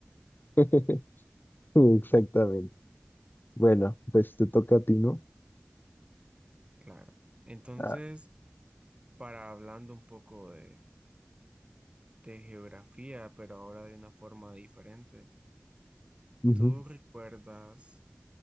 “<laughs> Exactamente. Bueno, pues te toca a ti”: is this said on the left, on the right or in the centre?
Left